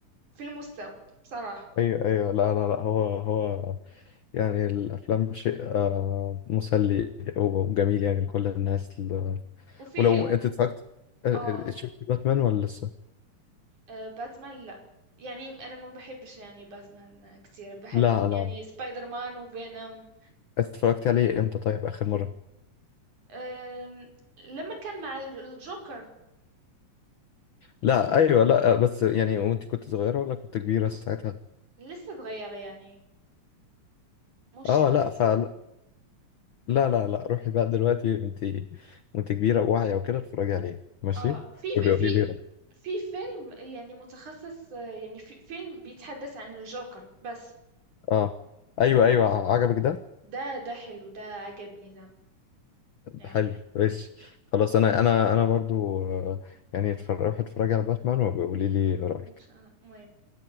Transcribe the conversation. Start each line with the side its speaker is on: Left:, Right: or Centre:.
Right: في المستوى بصراحة
Left: أيوه أيوه لا لا لا هو هو يعني الأفلام شيء آه، مسلي وجميل يعني لكل الناس ل-
Right: وفيه
Left: ولو
Right: و...
Left: أنت اتفرجت آه،
Right: اه
Left: شفت باتمان ولا لسه؟
Right: آه، باتمان لا يعني انا ما بحبش يعني باتمان كثير بحب
Left: لا لا
Right: يعني سبايدر مان وفينوم
Left: اتفرجت عليه امتى طيب آخر مرة؟
Right: أم، لما كان مع ال- الجوكر
Left: لا ايوه لا بس يعني وانت كنت صغيره ولا كنت كبيره ساعتها
Right: لسه صغيرة يعني مش
Left: اه لا
Right: كتير
Left: فلا لا لا لا روحي بقى دلوقتي وانت وانت كبيره وواعيه وكده اتفرجي عليه ماشي
Right: اه في
Left: وبيقولي
Right: في
Left: لي رأيك.
Right: في فيلم يعني متخصص آه، يعني في فيلم بيتحدث عن الجوكر بس
Left: اه
Right: آه،
Left: ايوه ايوه عجبك ده
Right: ده ده حلو ده عجبني ده يعني
Left: حلو ماشي خلاص انا انا انا برضو آه، يعني اتفرج روحي اتفرجي على باتمان وبيقولي لي رايك
Right: مش- آه، المهم